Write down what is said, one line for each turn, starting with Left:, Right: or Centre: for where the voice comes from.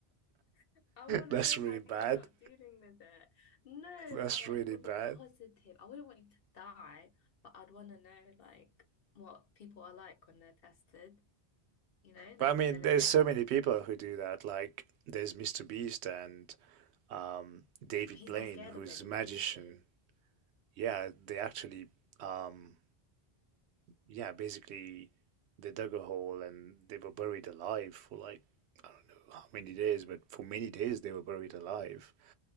Left: <laughs> I want
Right: That's
Left: to know
Right: really
Left: how
Right: bad.
Left: you'd end up dealing with it. No,
Right: That's
Left: but like
Right: really
Left: for
Right: bad.
Left: the positive, I wouldn't want you to die, but I'd want to know like what people are like when they're tested, you know,
Right: But
Left: like
Right: I mean,
Left: to their limits.
Right: there's so many people who do that. Like there's Mr. Beast and um, David
Left: Yeah, but he's
Right: Blaine,
Left: not scared
Right: who's
Left: of anything,
Right: a magician.
Left: is he?
Right: Yeah, they actually um, yeah, basically they dug a hole and they were buried alive for like I don't know how many days, but for many days they were buried alive.